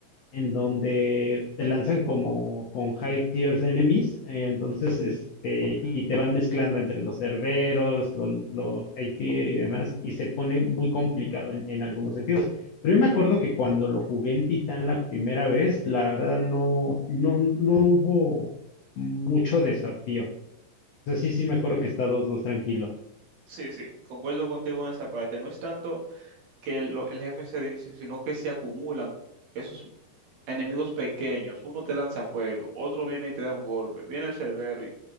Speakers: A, on the left; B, on the right.
A: en donde te lanzan como con high tiers enemies, eh, entonces este, y te van mezclando entre los cerberos, lo- los high tier y demás, y se pone muy complicado en, en algunos sentidos. Pero yo me acuerdo que cuando lo jugué en Titán la primera vez, la verdad no, no, no hubo mucho desafío. O sea, sí, sí me acuerdo que está 2-2 tranquilo.
B: Sí, sí, concuerdo contigo en esa parte. No es tanto que lo- el jefe sea difícil, sino que se acumulan. esos enemigos pequeños, uno te lanza fuego, otro viene y te da un golpe, viene el cerbero y